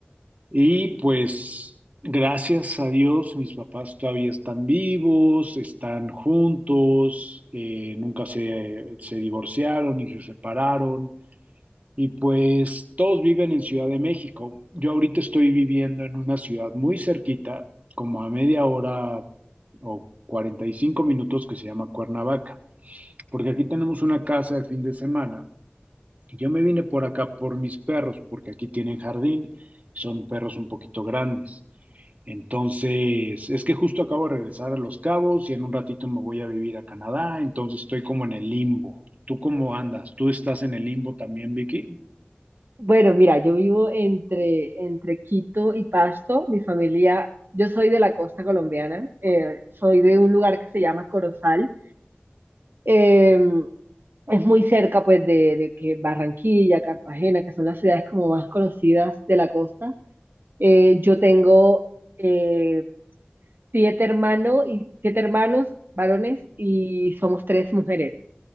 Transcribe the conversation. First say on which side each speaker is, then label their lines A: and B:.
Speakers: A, on the right; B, on the right.
A: Y pues gracias a Dios mis papás todavía están vivos, están juntos, eh, nunca se, se divorciaron ni se separaron. Y pues todos viven en Ciudad de México. Yo ahorita estoy viviendo en una ciudad muy cerquita, como a media hora o 45 minutos, que se llama Cuernavaca, porque aquí tenemos una casa de fin de semana. Y yo me vine por acá por mis perros, porque aquí tienen jardín, son perros un poquito grandes. Entonces, es que justo acabo de regresar a Los Cabos y en un ratito me voy a vivir a Canadá, entonces estoy como en el limbo. ¿Tú cómo andas? ¿Tú estás en el limbo también, Vicky?
B: Bueno, mira, yo vivo entre, entre Quito y Pasto. Mi familia, yo soy de la costa colombiana, eh, soy de un lugar que se llama Corozal. Eh, es muy cerca, pues, de, de que Barranquilla, Cartagena, que son las ciudades como más conocidas de la costa. Eh, yo tengo eh, siete hermanos y siete hermanos varones y somos tres mujeres.